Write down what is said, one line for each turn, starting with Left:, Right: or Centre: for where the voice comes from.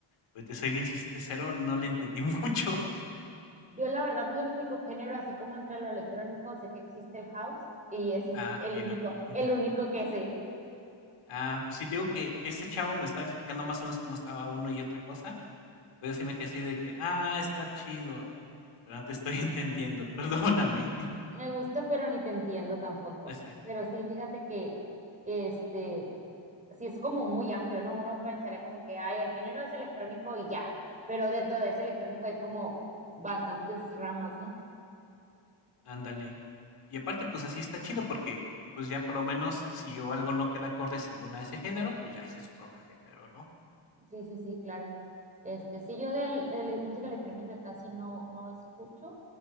Left: pero te soy bien sincero, no le entendí <laughs> mucho.
Right: Yo la verdad, lo único género, así como entre lo electrónico, sé que existe el house y ese
Left: Ah,
Right: es el
Left: mira.
Right: único,
Left: Ujú.
Right: el único que sé.
Left: Ah, pues sí, te digo que ese chavo me estaba explicando más o menos cómo estaba uno y otra cosa. Pero sí me quedé así de que, ah, está chido, pero no te estoy <laughs> entendiendo, perdóname. <laughs>
Right: Me gusta, pero ni te entiendo tampoco.
Left: Exacto,
Right: Pero sí, fíjate que, que este, sí es como muy amplio, ¿no? Uno pensaría como que, ay, el género es electrónico y ya, pero dentro de ese electrónico hay como bastantes ramas, ¿no?
Left: ándale. Y aparte, pues así está chido porque, pues ya por lo menos si o algo no queda acorde según a ese género, pues ya hace su propio género, ¿no?
Right: Sí, sí, sí, claro. Este, sí, yo de, de le- música electrónica casi no, no escucho,